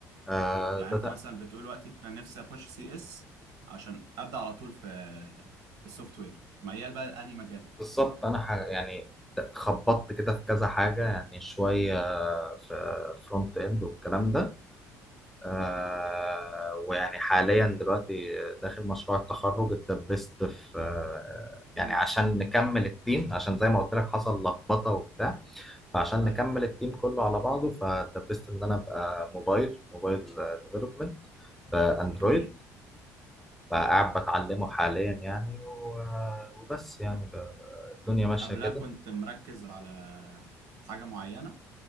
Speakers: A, in the centre; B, on the right.
A: آه
B: يعني
A: ده,
B: انت
A: ده
B: مثلا بتقول وقتي كان نفسي اخش سي اس عشان ابدا على طول في السوفت وير ميال بقى لانهي مجال
A: بالظبط انا حاجة يعني خبطت كده في كذا حاجة يعني شوية في فرونت اند والكلام ده آه ويعني حاليا دلوقتي داخل مشروع التخرج اتدبست في آه يعني
B: امم
A: عشان نكمل التيم عشان زي ما قلت لك حصل لخبطة وبتاع فعشان
B: ايوه
A: نكمل التيم كله على بعضه فدبست ان انا ابقى موبايل موبايل ديفلوبمنت باندرويد
B: جميل
A: فقاعد بتعلمه حاليا يعني و- وبس يعني ب- الدنيا ماشيه
B: قبلها
A: كده
B: كنت مركز على حاجة معينة